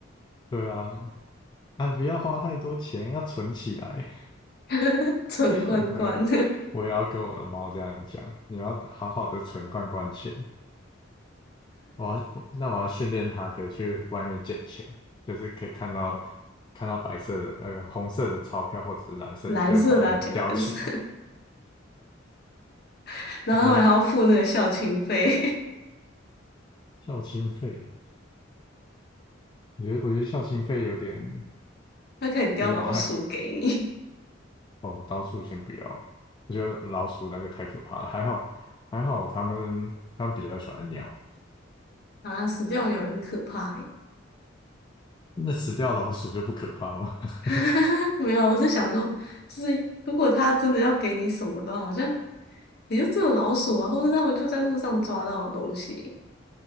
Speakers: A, on the left; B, on the left.
A: 对啊，啊，不要花太多钱，要存起来。
B: <laughs> 存罐罐，
A: <laughs> 我也我也要跟我的猫这样讲，你要好好的存罐罐钱。我要，那我要训练它可以去外面捡钱，就是可以看到看到白色的那个红色的钞票或者是蓝色的，
B: <laughs> 蓝色的、
A: 就把它叼起来。
B: 啊、姐蓝色，<laughs> 然后他们还要付那个校庆费，
A: 然后校庆费，我觉得我觉得校庆费有点
B: <laughs> 他可以叼老鼠给你
A: 有点太哦，老鼠先不要，我觉得老鼠那个太可怕了。还好还好，他们他们比较喜欢鸟，
B: <laughs> 啊，死掉鸟很可怕耶
A: 那死掉老鼠就不可怕吗？<laughs>
B: <laughs> 没有啊我只是想说，就是如果他真的要给你什么的话好像也就只有老鼠啊，或者他们就在路上抓到的东西。